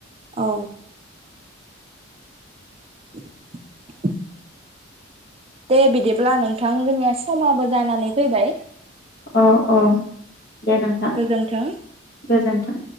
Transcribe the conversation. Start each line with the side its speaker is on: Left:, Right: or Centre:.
Right: औ। <inaudible> दे बिदिब्ला नोंथां जोंनिया समाबो जानानै फैबाय
Left: अ अ। दे नोंथां
Right: गोजोन्थों।
Left: गोजोन्थों।